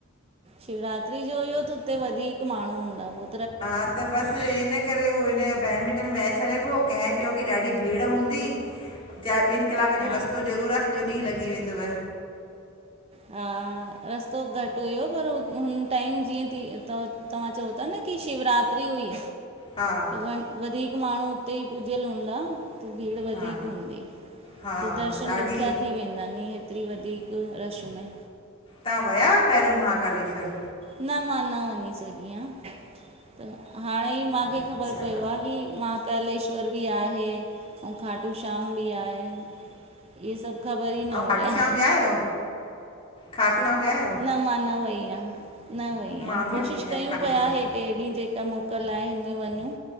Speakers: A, on the right; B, on the left.
A: शिवरात्री जो हुयो, त उते वधीक माण्हूं हूंदा पो।
B: हा, त बस इन इन करे, हू हिनजो बैडमिंटन मैच हले पो, कंहिं च्यो की ॾाढी भीड़ हूंदी चाए ॿिनि कलाकनि
A: हा
B: जो रस्तो ज़रूर आ सॼो ॾींहुं लॻी वेंदव।
A: हा रस्तो घटि हुयो पर हू हुन टाइम जीअ तीअं त तव्हां चओ ता न की शिवरात्री हुई
B: हा
A: व वधीक माण्हू उते ई पूज्यल हूंदा, त भीड़ वधीक
B: हा
A: हूंदी।
B: हा
A: त दर्शन
B: ॾाढी
A: ॾुखिया थी वेंदा आहिन नी हेतिरी वधीक रश में
B: तां वया हुयो पहिरियों महाकालेश्वर?
A: न मां न वञी सघी आ, त हाणे ई मां खे
B: अच्छा
A: ख़बर पयो आहे मां कालेश्वर बि आहे अऊं खाटू श्याम बि आहे। ऐं सभु ख़बर ई
B: ऐं
A: न
B: खाटू
A: हुया।
B: श्याम विया आहियो खाटू श्याम विया आहियो?
A: न मां न वई अहियां, न वई अहियां,
B: मां बि
A: कोशिशि
B: वई आहियां
A: कयूं
B: खाटू
A: पिया
B: श्याम
A: हे टे ॾींहुं जेका मो कल आहे हिन में वञूं,